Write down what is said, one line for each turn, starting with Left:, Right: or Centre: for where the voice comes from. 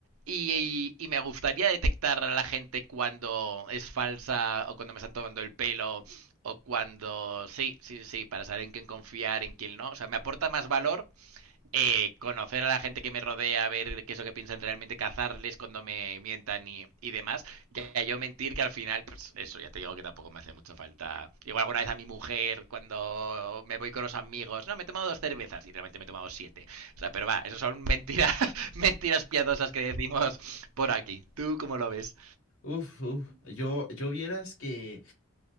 Right: Y, y- y me gustaría detectar a la gente cuando es falsa o cuando me están tomando el pelo o cuando sí, sí, sí, para saber en quién confiar, en quién no. O sea, me aporta más valor eh, conocer a la gente que me rodea, ver qué es lo que piensan realmente, cazarles cuando me mientan y, y demás, que a yo mentir que al final, pues eso ya te digo que tampoco me hace mucha falta. Igual alguna vez a mi mujer cuando me voy con los amigos, no, me he tomado dos cervezas y realmente me he tomado siete. O sea, pero va, eso son mentiras, <laughs> mentiras piadosas que decimos por aquí. ¿Tú cómo lo ves?
Left: Uf, uf, yo, yo vieras que